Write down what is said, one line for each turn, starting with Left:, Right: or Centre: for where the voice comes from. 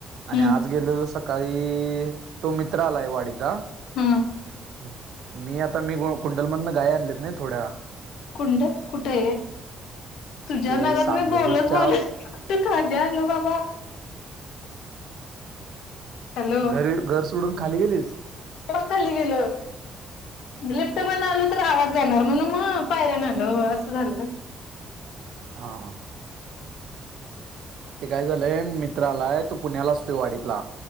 Right: आणि
Left: हम्म
Right: आज गेलेलो सकाळी.... तो मित्र आलाय वाडीचा.
Left: हम्म
Right: मग, मी आता, मी कुंडलमधनं गायी आणल्यात ना थोड्या.
Left: कुंडल कुठे आहे? तुझ्या
Right: ते
Left: नादात
Right: सांगलीच्या
Left: मी बोलत बोलत खाद्य आणलं बाबा. हॅलो
Right: घरी, घर सोडून खाली गेलीस.
Left: खाली गेलं लिप्ट पण आलो तर आवाात जाणार म्हण मग. पायरन आल असं झालं ना.
Right: हा हा. ते काय झालंय मित्रालाय तू पुण्यालाचतोय वाढतला